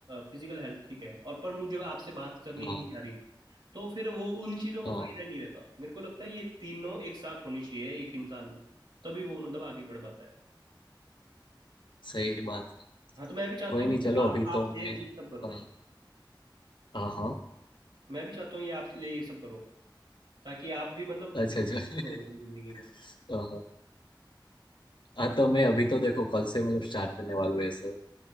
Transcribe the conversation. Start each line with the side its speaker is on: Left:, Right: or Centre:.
Right: फिजिकल हेल्थ ठीक है और पर मुझे आपसे बात करनी
Left: हाँ
Right: ही नहीं आ रही तो फिर वो उन चीज़ों का
Left: हाँ
Right: फायदा ही नहीं रहता मेरे को लगता है ये तीनों एक साथ होनी चाहिए एक इंसान में तभी वो मतलब आगे बढ़ पाता है
Left: सही बात है
Right: हाँ तो मैं भी चाहता
Left: कोई
Right: हूँ
Left: नहीं
Right: कि
Left: चलो
Right: आप
Left: अभी
Right: आप
Left: तो
Right: ये
Left: मैं
Right: ये सब करो
Left: हाँ हाँ हाँ,
Right: मैं भी चाहता हूँ ये आप लिए ये सब करो ताकि आप भी मतलब
Left: अच्छा अच्छा
Right: हो जिंदगी
Left: <laughs>
Right: में
Left: हाँ हाँ हाँ, तो मैं अभी तो देखो कल से मतलब स्टार्ट करने वाला हूँ ये सब